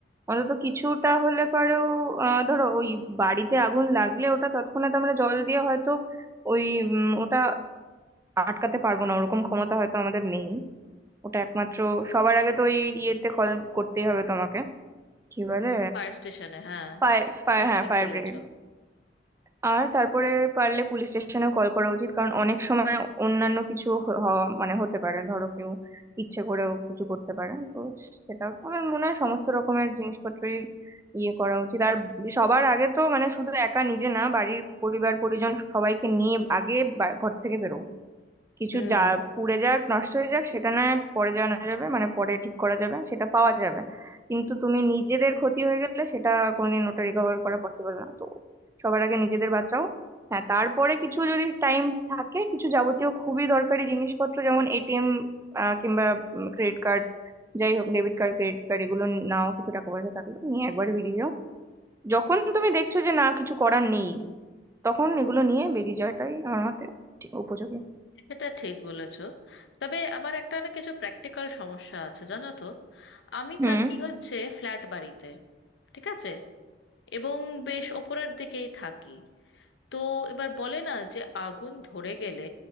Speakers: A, on the right; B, on the left.
A: অন্তত কিছুটা হলে পারেও আহ ধরো ওই বাড়িতে আগুন লাগলে ওটা তৎক্ষণাৎ আমরা জল দিয়ে হয়তো ওই উম, ওটা আটকাতে পারবো না ওরকম ক্ষমতা হয়তো আমাদের নেই ওটা একমাত্র সবার আগে তো ওই ইয়েতে কল করতেই হবে তোমাকে কি বলে
B: ফায়ার স্টেশনে হ্যাঁ
A: ফায়ার ফায়ার
B: এটা
A: হ্যাঁ
B: ঠিক
A: ফায়ার
B: বলেছো
A: ব্রিগেড আর তারপরে পারলে পুলিশ স্টেশনে কল করা উচিত কারণ অনেক সময় অন্যান্য কিছু হ- হওয়া মানে হতে পারে ধরো কেউ ইচ্ছে করেও কিছু করতে পারে তো সেটা আমার মনে হয় সমস্ত রকমের জিনিসপত্রই ইয়ে করা উচিত আর সবার আগে তো মানে শুধু একা নিজে না বাড়ির পরিবার পরিজন সবাইকে নিয়ে আগে বা- ঘর থেকে বেরো কিছু
B: হুম
A: যা পুড়ে যাক নষ্ট হয়ে যাক সেটা না হয় পরে জানা যাবে মানে পরে ঠিক করা যাবে সেটা পাওয়া যাবে কিন্তু তুমি নিজেদের ক্ষতি হয়ে গেলে সেটা কোনোদিন ওটা রিকভার করা পসিবল না তো সবার আগে নিজেদের বাঁচাও হ্যাঁ তারপরে কিছু যদি টাইম থাকে কিছু যাবতীয় খুবই দরকারি জিনিসপত্র যেমন এটিএম কিংবা ক্রেডিট কার্ড যাই হোক ডেবিট কার্ড ক্রেডিট কার্ড এগুলো নাও কিছু টাকা পয়সা থাকলে নিয়ে একবারে বেরিয়ে যাও যখন তুমি দেখছো যে না কিছু করার নেই তখন এগুলো নিয়ে বেরিয়ে যাওয়াটাই আমার মতে ঠিক উপযোগী
B: এটা ঠিক বলেছো তবে আমার একটা না কিছু প্র্যাকটিক্যাল সমস্যা আছে জানো তো আমি
A: হুম
B: থাকি হচ্ছে ফ্ল্যাট বাড়িতে ঠিক আছে এবং বেশ ওপরের দিকেই থাকি তো এবার বলে না যে আগুন ধরে গেলে